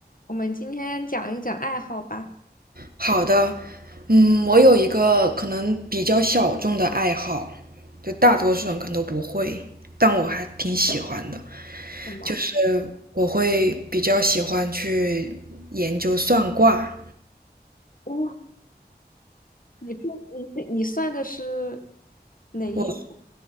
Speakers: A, on the left (about 55°); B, on the right (about 60°).
A: 我们今天讲一讲爱好吧。
B: 好的，嗯，我有一个可能比较小众的爱好，就大多数人可能都不会，但我还挺喜欢的，
A: 什么？
B: 就是我会比较喜欢去研究算卦。
A: 哇，你这你这你算的是哪一种？
B: 我